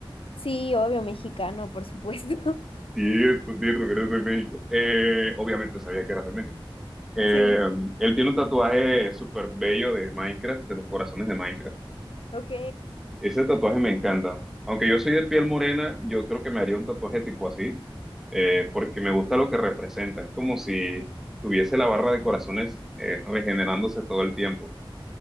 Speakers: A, on the left; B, in the centre.
A: sí, obvio, mexicano, por supuesto. <laughs>
B: Cierto, cierto, que eres de México. Eh, obviamente sabía que eras de México. Eh,
A: Sí,
B: él tiene un tatuaje súper bello de Minecraft, de los corazones de Minecraft.
A: ok,
B: Ese tatuaje me encanta. Aunque yo soy de piel morena, yo creo que me haría un tatuaje tipo así, eh, porque me gusta lo que representa. Es como si tuviese la barra de corazones eh, regenerándose todo el tiempo.